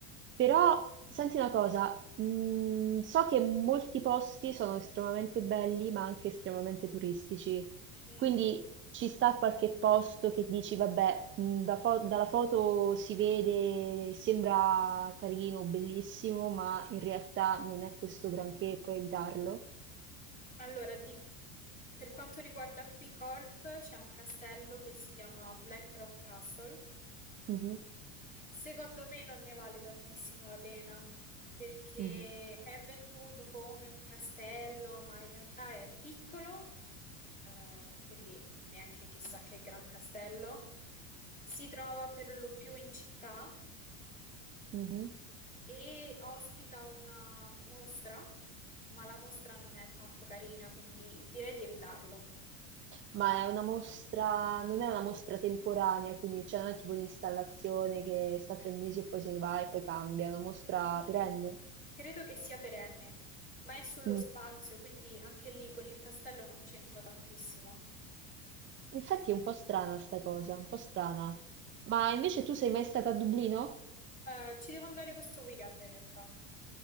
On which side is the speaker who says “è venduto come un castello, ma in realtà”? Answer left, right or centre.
Left